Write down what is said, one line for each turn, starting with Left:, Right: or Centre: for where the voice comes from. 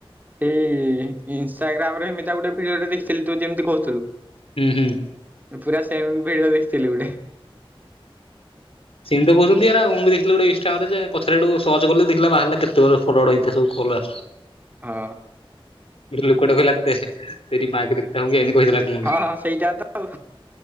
Right: ଏଇ ଇନଷ୍ଟା। ଗାର୍ମ ରେ ଏମିତି ଗୋଟିଏ ଭିଡିଓ ଦେଖିଥିଲି ତୁ ଯେମିତି କହୁଥିଲୁ।
Left: ହୁଁ ହୁଁ।
Right: ପୁରା ସେମ ଭିଡିଓ ଦେଖଥିଲି ଗୋଟେ।
Left: ସେମିତି ତ କହୁଛନ୍ତି ଏଗୁରା ମୁଁ ବି ଦେଖିଥିଲି ଗୋଟେ ଇନଷ୍ଟାଗ୍ରାମ ରେ ଯେ, ପଛରେ ସେଠୁ ସର୍ଚ କଲି ଦେଖିଲି ବାହାରିଲା କେତେଗୁରେ ଫରୱାର୍ଡ଼ ହେଇ ସବୁ। ଗୋଟେ
Right: ହଁ
Left: ଲୋକଟେ କହିଲା ତେରି ମା କେ ଦେଖତା ହୁଙ୍ଗୀ। କହିଥିଲା କଣ ଗୋଟେ?
Right: ହଁ ହଁ ସେଇଟା ତ ଆଉ